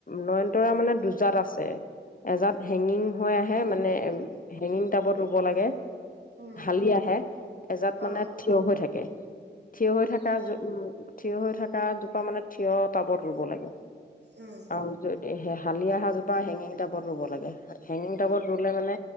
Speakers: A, on the left; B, on the right.
A: নয়নতৰা মানে দুজাত আছে এজাত হেঙিং হৈ আহে মানে হেঙিং টাবত ৰুব লাগে
B: উম
A: হালি আহে। এজাত মানে
B: অ
A: থিয় হৈ থাকে। থিয় হৈ থকা
B: অ
A: উম, থিয় হৈ থকা জোপা মানে থিয় টাবত ৰুব লাগে
B: উম
A: আৰু যদি হালি হাজোপা হেঙিং টাবত ৰুব লাগে হেঙিং টাবত ৰুলে মানে